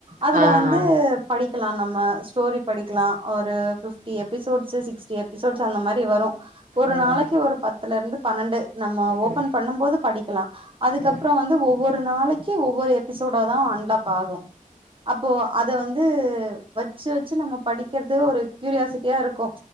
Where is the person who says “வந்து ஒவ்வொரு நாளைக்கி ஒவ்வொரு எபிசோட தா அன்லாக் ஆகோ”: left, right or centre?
Right